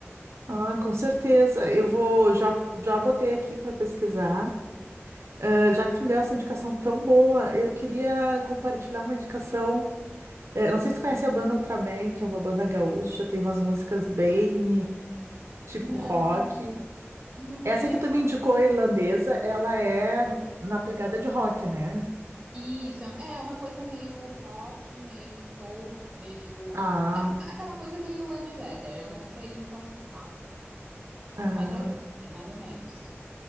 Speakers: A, on the right; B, on the right.
A: Ah, com certeza. Eu vou, já, já botei aqui para pesquisar. Eh, já que tu me deu essa indicação tão boa, eu queria compartilhar uma indicação. Eh, não sei se tu conhece a banda Ultraman, que é uma banda gaúcha, tem umas músicas bem tipo
B: Não,
A: rock.
B: não conheço.
A: Essa que tu me indicou, a irlandesa, ela é na pegada de rock, né?
B: Isso, é é uma coisa meio rock, meio folk, meio.
A: Ah,
B: É uma- aquela coisa meio Ed Vedder, eu não sei classificar.
A: ah,
B: Mas é isso, assim, mais ou menos.